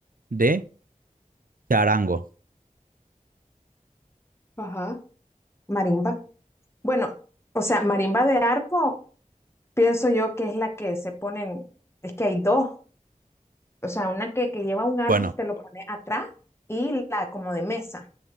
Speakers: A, on the right; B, on the left.
A: D. Charango.
B: Ajá. Marimba. Bueno, o sea, marimba de arco, pienso yo que es la que se ponen, es que hay dos, O sea, una que, que lleva un arco
A: Bueno,
B: y te lo pone atrás y la como de mesa.